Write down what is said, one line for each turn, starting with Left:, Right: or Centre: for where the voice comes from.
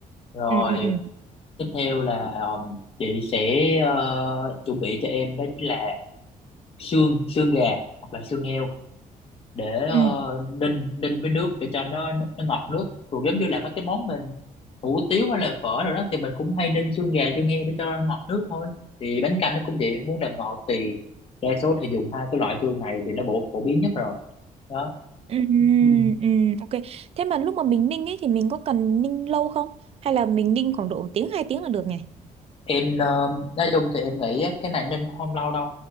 Left: Rồi
Right: ừ ừ ừ
Left: tiếp theo là um, chị sẽ ờ, chuẩn bị cho em đó chính là xương xương gà hoặc là xương heo để ờ,
Right: ừ
Left: ninh ninh với nước để cho nó nó, nó ngọt nước rồi giống như là mấy cái món mình hủ tiếu hay là phở rồi đó thì mình cũng hay ninh xương gà xương heo để cho ngọt nước thôi thì bánh canh nó cũng vậy muốn làm ngọt thì đa số thì dùng hai cái loại xương này thì nó bổ phổ biến nhất rồi đó
Right: ừ ừ
Left: ừ.
Right: ừ, ok thế mà lúc mà mình ninh ấy thì mình có cần ninh lâu không hay là mình ninh khoảng độ một tiếng hai tiếng là được nhỉ
Left: em ờ, nói chung thì em nghĩ á, cái này Ninh cũng không lâu đâu